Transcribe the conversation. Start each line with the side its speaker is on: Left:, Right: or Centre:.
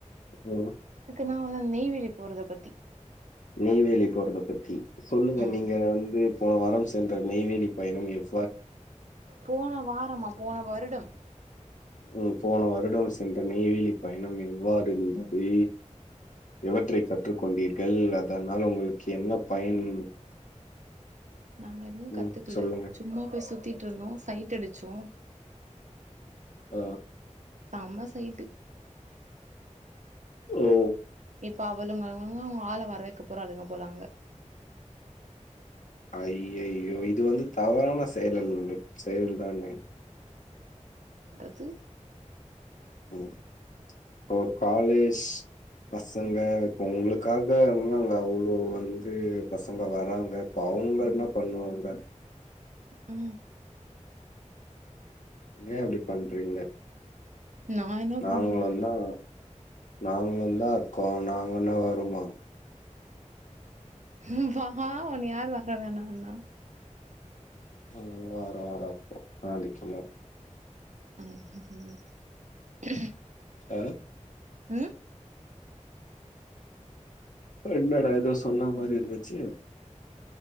Left: உம்
Right: நான் உன் நெய்வேலி போறத பத்தி
Left: நெய்வேலி போறத பத்தி சொல்லுங்க
Right: ம்
Left: நீங்க வந்து போன வாரம் சென்ற நெய்வேலி பயணம் எப்ப
Right: போன வாரமா போன வருடம்
Left: ம் போன வருடம் சென்ற நெய்வேலி பயணம் எவ்வாறுந்தது எவற்றை கற்று கொண்டீர்கள் அதனால் உங்களுக்கு என்ன பயன்
Right: நாங்க எதுவுமே கத்துக்கல
Left: ம் சொல்லுங்க
Right: சும்மா போய் சுத்திட்டு இருந்தோம் சைட் அடிச்சோ
Left: ஆ
Right: செம சைட்டு
Left: ஓ
Right: இப்ப அவளுங்கங்க அவங்க ஆள வர வைக்க போறளுங்க அங்க
Left: ஐயையோ இது வந்து தவறான செயலல் செயல் தானே
Right: இது
Left: ம் ஒரு காலேஜ் பசங்க இப்ப உங்களுக்காக அங்க அவ்வளவு வந்து பசங்க வராங்க பாப் அவங்க என்ன பண்ணுவாங்க
Right: ம்
Left: ஏன் இப்படி பண்றீங்க
Right: நா என்ன
Left: நாங்களு
Right: பண்ணுவே
Left: தான் நாங்களு தான் இருக்கோம் நாங்க என்ன வருமா
Right: ம் வா உன் யார் வர வேணாண்ணா
Left: ம் வற வற அப்போ நாளைக்கு
Right: <unintelligible>
Left: ஆ
Right: ம்
Left: என்னடா ஏதோ சொன்ன மாதிரி இருந்துச்சி